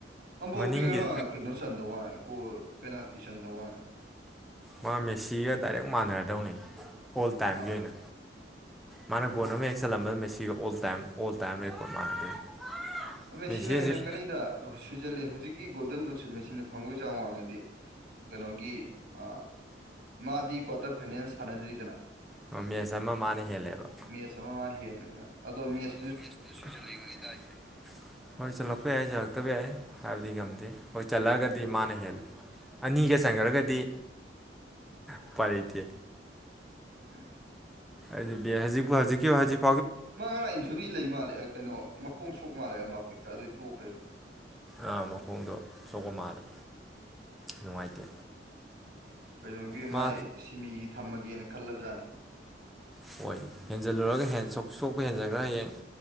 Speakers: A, on the right; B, in the centre.
A: ꯑꯝꯕꯣꯄꯤ
B: ꯃꯅꯤꯡꯒꯤ
A: ꯉꯔꯥꯡ ꯀꯩꯅꯣ ꯆꯟꯗꯋꯥꯅꯦ ꯒꯣꯜ ꯄꯦꯅꯥꯜꯇꯤ ꯆꯟꯗꯋꯥꯅꯦ
B: ꯃꯥ ꯃꯦꯁꯤꯒ ꯗꯥꯏꯔꯦꯛ ꯃꯥꯟꯅꯔꯗꯧꯅꯤ ꯑꯣꯜ ꯇꯥꯏꯝꯒꯤ
A: ꯑꯥ
B: ꯑꯣꯏꯅ ꯃꯥꯅ ꯒꯣꯟ ꯑꯃ ꯍꯦꯛ ꯆꯜꯂꯝꯕꯗ ꯃꯦꯁꯤꯒ all time all time record ꯃꯥꯟꯅꯗꯣꯏꯅꯤ
A: ꯃꯦꯁꯤꯅ
B: ꯃꯦꯁꯤ ꯍꯧꯖꯤꯛ
A: ꯍꯦꯜꯂꯛꯀꯅꯤꯗ ꯁꯨꯖꯜꯂꯤ ꯍꯧꯖꯤꯛꯀꯤ ꯒꯣꯜꯗꯟ ꯕꯨꯠꯁꯨ ꯃꯦꯁꯤꯅ ꯐꯪꯕꯩ ꯆꯥꯡ ꯋꯥꯡꯉꯥꯗꯤ ꯀꯩꯅꯣꯒꯤ ꯑꯥ ꯃꯥꯗꯤ ꯀ꯭ꯋꯥꯇꯔ ꯐꯥꯏꯅꯦꯜ ꯁꯥꯟꯅꯗ꯭ꯔꯤꯗꯅ
B: ꯑꯥ ꯃꯦꯁ ꯑꯃ ꯃꯥꯅ ꯍꯦꯜꯂꯦꯕ
A: ꯃꯤꯁ ꯑꯃ ꯃꯥ ꯍꯦꯟꯕ ꯑꯗꯣ ꯃꯦꯁ
B: <unintelligible> ꯍꯣꯏ ꯆꯜꯂꯛꯄ ꯌꯥꯏ ꯆꯜꯂꯛꯇꯕ ꯌꯥꯏ ꯍꯥꯏꯕꯗꯤ ꯉꯝꯗꯦ ꯍꯣꯏ ꯆꯜꯂꯛꯑꯒꯗꯤ
A: ꯑꯗꯣ
B: ꯃꯥꯅ ꯍꯦꯜꯂꯦ ꯑꯅꯤꯒ ꯆꯟꯒꯔꯒꯗꯤ ꯎꯄꯥꯏ ꯂꯩꯇꯦ
A: ꯎꯝ
B: ꯑꯗꯤ ꯕꯦ ꯍꯖꯤꯄꯨ ꯍꯖꯤꯀꯤ ꯍꯖꯤꯛ
A: ꯃꯥ ꯉꯔꯥꯡ ꯏꯟꯖꯨꯔꯤ ꯂꯩ ꯃꯥꯜꯂꯦ ꯑꯥ ꯀꯩꯅꯣ ꯃꯈꯣꯡ ꯁꯣꯛ ꯃꯥꯜꯂꯦ ꯑꯝꯕꯥꯄꯦ ꯈꯔ ꯑꯗꯨꯏ ꯇꯣꯛꯈ꯭ꯔꯦ ꯑꯗꯨꯝ
B: ꯑꯥ ꯃꯈꯣꯡꯗꯣ ꯁꯣꯛꯄ ꯃꯥꯜꯂꯦ ꯅꯨꯡꯉꯥꯏꯇꯦ
A: ꯀꯩꯅꯣꯒꯤ
B: ꯃꯥ
A: ꯃꯥꯏ ꯁꯤꯃꯤꯒꯤ ꯊꯝꯃꯒꯦꯅ ꯈꯜꯂꯕ ꯖꯥꯅꯤ
B: ꯍꯣꯏꯅꯤ ꯍꯦꯟꯖꯜꯂꯨꯔꯒ ꯍꯦꯟ ꯁꯣꯁꯣꯛꯄ ꯍꯦꯟꯖꯟꯒꯔꯥ ꯍꯌꯦꯡ